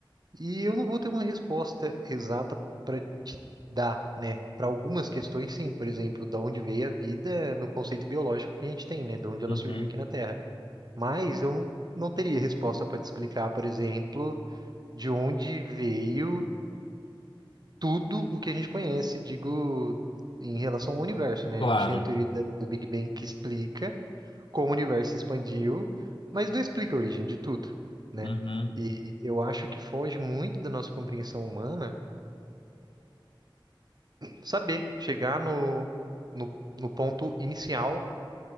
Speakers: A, on the right; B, on the left.
A: E eu não vou ter uma resposta exata para te dar, né? Para algumas questões, sim, por exemplo, da onde veio a vida no conceito biológico que a gente tem, né? De onde ela
B: uhum,
A: surgiu aqui na Terra. Mas eu não, não teria resposta para te explicar, por exemplo, de onde veio tudo o que a gente conhece, digo, em relação ao universo, né?
B: claro.
A: A gente tem a teoria da- do Big Bang que explica como o universo se expandiu, mas não explica a origem de tudo, né?
B: Uhum,
A: E eu acho que foge muito da nossa compreensão humana saber chegar no, no, no ponto inicial